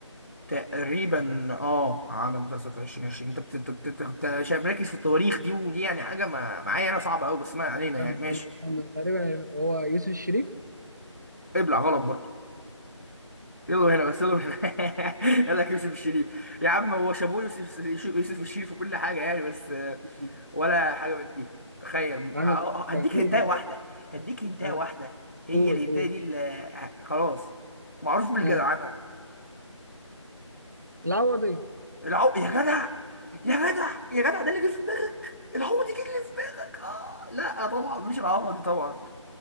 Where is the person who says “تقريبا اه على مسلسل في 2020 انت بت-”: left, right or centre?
Left